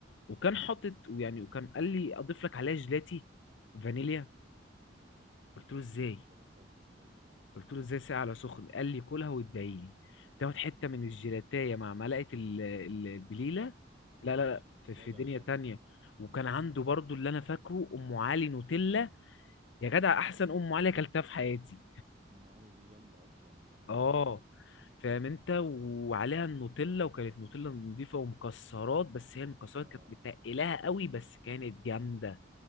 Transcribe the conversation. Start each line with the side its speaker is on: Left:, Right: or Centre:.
Left: وكان
Right: تمام
Left: حاطط ويعني وكان قال لي اضيف لك عليها جيلاتي فانيليا قلت له ازاي
Right: لا ما جربتهاش بجلاتي ده
Left: قلت له ازاي ساقع على سخن قال لي كلها وادعي لي تاخد حته من الجيلاتيه
Right: حلو
Left: مع ملعقه ال- ال- البليله
Right: البليله
Left: لا لا لا في
Right: في
Left: في
Right: وضع
Left: دنيا
Right: تاني
Left: تانية
Right: طبعا
Left: وكان عنده برضو اللي انا فاكره ام علي نوتيلا يا جدع
Right: اوه
Left: احسن ام علي اكلتها في حياتي
Right: ام علي دي جامده اصلا بحبها
Left: اه
Right: قوي
Left: فاهم انت وعليها النوتيلا وكانت نوتيلا نضيفه ومكسرات بس هي المكسرات
Right: اه
Left: كانت متقلاها قوي بس كانت جامده